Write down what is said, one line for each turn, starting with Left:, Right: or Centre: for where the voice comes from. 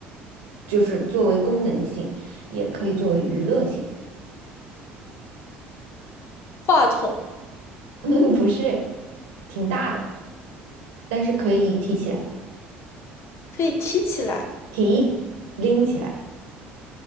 Right: 就是作为功能性，也可以作为娱乐性，
Left: 话筒
Right: <laughs> 不是挺大的，但是可以提起来，
Left: 可以提起来，
Right: 提，拎起来。